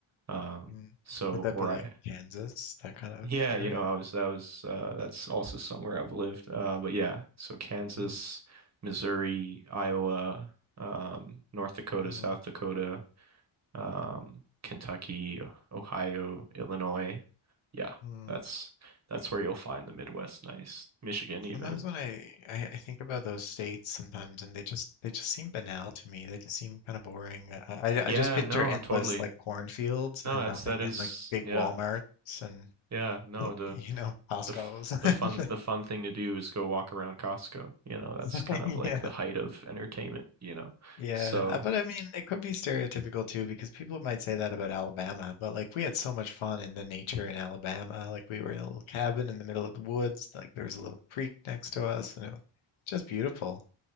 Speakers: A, on the right (about 35°); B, on the left (about 70°).
A: Um,
B: Mm, mm.
A: so
B: Would that
A: where
B: be like
A: I
B: Kansas, that kind of
A: Yeah,
B: area?
A: you know, I was that was uh that's also somewhere I've lived. Uh but yeah, so Kansas,
B: Mm,
A: Missouri, Iowa, um, North Dakota,
B: mm,
A: South Dakota, um, Kentucky, O- Ohio, Illinois. Yeah,
B: mm.
A: that's that's where you'll find the Midwest nice. Michigan even.
B: Sometimes when I, I I think about those states sometimes and they just they just seem banal to me. They just seem kind of boring. Uh, I
A: Yeah,
B: I just picture
A: no,
B: endless
A: totally.
B: like cornfields
A: No,
B: and
A: that's
B: nothing
A: that is
B: and like big
A: yeah.
B: Walmarts and
A: Yeah, no,
B: like,
A: the
B: you know Costcos.
A: the f
B: <laughs>
A: the fun the fun thing to do is go walk around Costco. You know, that's
B: <laughs>
A: kind of like
B: Yeah,
A: the height of entertainment, you know.
B: yeah.
A: So,
B: Uh, But I mean, it could be stereotypical too because people might say that about Alabama. But like we had so much fun in the nature in Alabama. Like we were in a little cabin in the middle of the woods. Like there was a little creek next to us and it was just beautiful.